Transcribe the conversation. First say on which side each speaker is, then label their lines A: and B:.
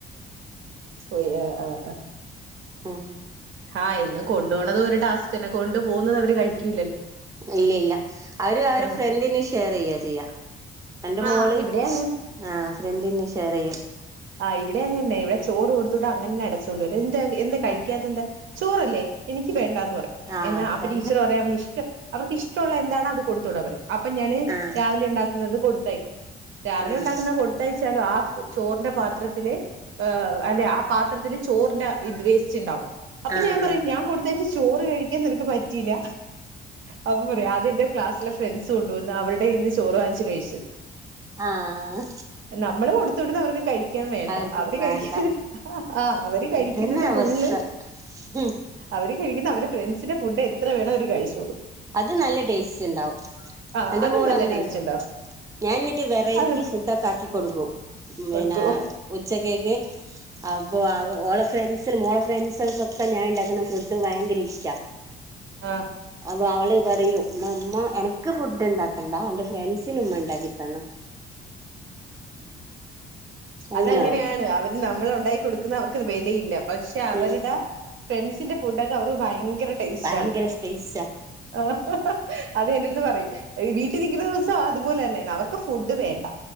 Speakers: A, on the right; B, on the right.
A: പോയ് ആ ആ ആ.
B: ഉം
A: ആ എന്നും കൊണ്ടു പോണതൊരു ടാസ്ക്കന്നെ. കൊണ്ടു പോകുന്നത് അവര് കഴിക്കൂ
B: ഇല്ല ഇല്ല അവര് അവരെ
A: ആഹ്
B: ഫ്രണ്ട്ന് ഷെയറ്യ്യാ ചെയ്യാ. എന്റെ മോള്
A: ആഹ് ഇവിടെ അങ്ങനെ
B: ആ ഫ്രണ്ടിന് ഷെയറെയ്യും.
A: ആ ഇവിടെ അങ്ങന്നെ. ഇവിടെ ചോറ് കൊടുത്തുവിട്ടാ അങ്ങന്നെ അടച്ചോണ്ടരും. എന്താ എന്താ കഴിക്കാത്ത
B: ആഹ്
A: എന്താ ചോറല്ലേ? എനിക്ക് വേണ്ടാ. ന്ന് പറയും.
B: ആഹ്
A: എന്നാ
B: അതെ
A: അപ്പ ടീച്ചർ പറയും അവന് ഇഷ്ടം അവർക്ക് ഇഷ്ടമുള്ള എന്താണോ അത് കൊടുത്തുവിടാ പറയും. അപ്പ ഞാന്
B: ആഹ്
A: രാവിലേണ്ടാക്കുന്നത് കൊടുത്തയക്കും, രാവിലെ
B: ആഹ്
A: ഉണ്ടാക്കുന്നത് കൊടുത്തയച്ചാലും ആ ചോറിന്റെ പാത്രത്തില് ഏഹ് അല്ലേ, ആ പാത്രത്തില് ചോറിന്റെ ഇത് വേസ്റ്റ്ണ്ടാവും. അപ്പോ
B: ആഹ്
A: ഞാൻ പറയും
B: ആഹ്
A: ഞാൻ കൊടുത്തയച്ച ചോറ് കഴിക്കാൻ നിനക്ക് പറ്റിയില്ല അപ്പം പറയാ അത് എന്റെ ക്ലാസ്സിലെ ഫ്രണ്ട്സ് കൊണ്ടുവന്നാ അവരുടെ കയ്യുന്ന് ചോറ് വാങ്ങിച്ചു കഴിച്ചു.
B: ആഹ്
A: നമ്മള് കൊടുത്തുവിടുന്നവർക്ക് കഴി ക്കാൻ വേണ്ട
B: അവർക്ക്
A: അവര് കഴിക്ക്
B: വേണ്ട
A: ആ അവര് കഴിക്കുന്നത്
B: ഇതന്നെ അവസ്ഥ
A: ഫുള്ള്
B: ഉം
A: അവര് കഴിക്കണ അവരെ ഫ്രണ്ട്സിന്റെ ഫുഡ് എത്ര വേണേ അവര് കഴിച്ചോളും.
B: അത് നല്ല ടേസ്റ്റ്ണ്ടാവും.
A: ആ
B: എന്റെ
A: അതും
B: മോള
A: നല്ല
B: അങ്ങനെ
A: ടേസ്റ്റ്
B: പറ
A: ഉണ്ടാവും
B: ഞാനിന്നിട്ട് വെറൈറ്റി
A: അത്
B: ഫുഡ് ഒക്കെ ആക്കി കൊടുക്കും. പിന്നെ
A: കൊടുക്കോ
B: ഉച്ചക്കേക്ക്. അപ്പോ അവ ഓളെ ഫ്രണ്ട്സിനും ഓ ഫ്രണ്ട്സുകൾക്കൊക്കെ ഞാൻ ഉണ്ടാക്കുന്ന ഫ്രഡ് ഭയങ്കര ഇഷ്ടാ
A: ആഹ
B: അപ്പൊ അവള് പറയൂ അമ്മ എനക്ക് ഫുഡ് ഉണ്ടാക്കണ്ടാ എന്റെ ഫ്രണ്ട്സിന് ഉമ്മ ഉണ്ടാക്കിത്തന്നോ അങ്ങനെ
A: അതങ്ങനെയാണ്
B: പറയും
A: അവര് നമ്മളെ ഉണ്ടായി കൊടുക്ക ക്ക് അവർക്ക് വിലയില്ല പക്ഷെ അവരുടെ
B: ഉം
A: ഫ്രണ്ട്സിന്റെ ഫുഡൊക്കെ അവർക്ക് ഭയങ്കര ഭയങ്കര ടേസ്റ്റാണ്
B: ഭയങ്കര ടേസ്റ്റാ
A: ആ അത് എന്റെടുത്ത് പറയും വീട്ടിൽ നിക്കുന്ന ദിവസം അതുപോലെന്നെയാണ് അവർക്ക് ഫുഡ് വേണ്ട